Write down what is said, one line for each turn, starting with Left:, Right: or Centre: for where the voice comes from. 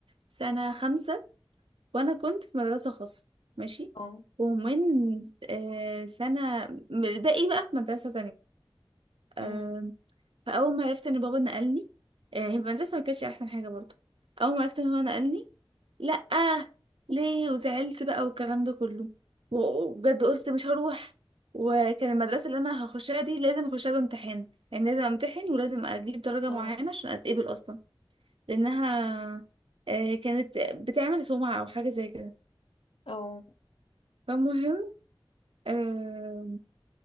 Right: سنة خمسة وانا كنت في مدرسة خاصة ماشي
Left: اه
Right: ومن أه سنة الباقي بقى في مدرسة تانية
Left: أم،
Right: فاول ما عرفت ان بابا نقلني يعني المدرسه ما كانتش احسن حاجه برضو اول ما عرفت ان هو نقلني لا ليه وزعلت بقى والكلام ده كله و- وبجد قلت مش هروح وكان المدرسه اللي انا هخشها دي لازم اخشها بامتحان يعني لازم امتحن ولازم اجيب درجه
Left: اه
Right: معينه عشان اتقبل اصلا لانها آه، كانت بتعمل سمعه او حاجه زي كده
Left: او
Right: فالمهم آه،